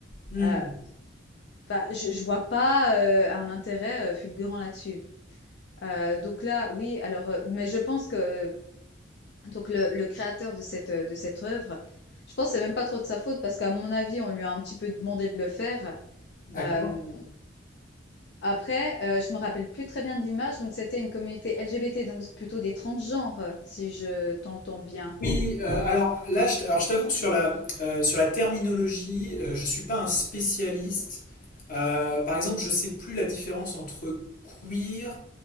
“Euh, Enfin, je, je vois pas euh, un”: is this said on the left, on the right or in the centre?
Left